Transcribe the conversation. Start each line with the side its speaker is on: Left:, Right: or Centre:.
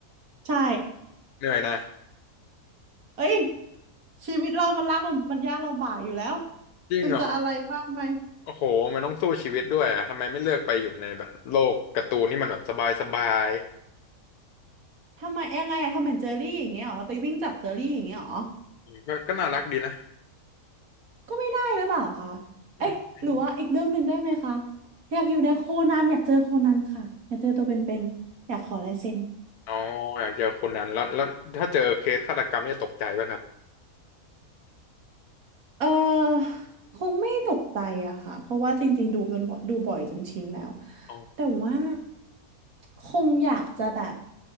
Right: ใช่
Left: เหนื่อยนะ
Right: เอ้ยชีวิตเรามันรักมันมันยากลำบากอยู่แล้ว
Left: จริงเหรอ
Right: มันจะอะไรมากไหมาย
Left: โอ้โหมันต้องสู้ชีวิตด้วยอ่ะทำไมไม่เลือกไปอยู่ในแบบโลกการ์ตูนที่มันแบบสบายสบาย
Right: ทำไมยังไงอะทำเหมือนเจอรี่อย่างเงี้ยเหรอไปวิ่งจับเจอรี่อย่างเงี้ยเหรอ
Left: ก็ก็น่ารักดีนะ
Right: ก็ไม่ได้หรือเปล่าคะเอ๊ะหรือว่าอีกเรื่องหนึ่งได้ไหมคะ
Left: จำไม่ได้
Right: อยากอยู่ในโคนันอยากเจอโคนันค่ะอยากเจอตัวเป็นๆอยากขอลายเซ็น
Left: อ๋ออยากเจอคนนั้นแล้วแล้วถ้าเจอเคสฆาตกรรมนี่จะตกใจป่ะครับ
Right: เออคงไม่ตกใจอะค่ะเพราะว่าจริงๆดูกันบ่อยดูบ่อยจนชินแล้ว
Left: อ๋อ
Right: แต่ว่าคงอยากจะแบบ